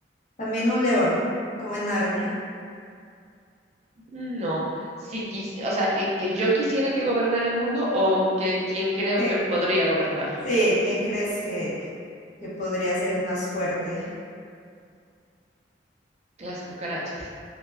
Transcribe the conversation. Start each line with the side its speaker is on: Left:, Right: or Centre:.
Left: También un león, como en Narnia.
Right: No, si quis- o sea, que, que yo quisiera que gobernara el mundo o que quien creo
Left: ¿Qué-
Right: que podría gobernarlo,
Left: sí, ¿quién crees que, que podría ser el más fuerte?
Right: las cucarachas.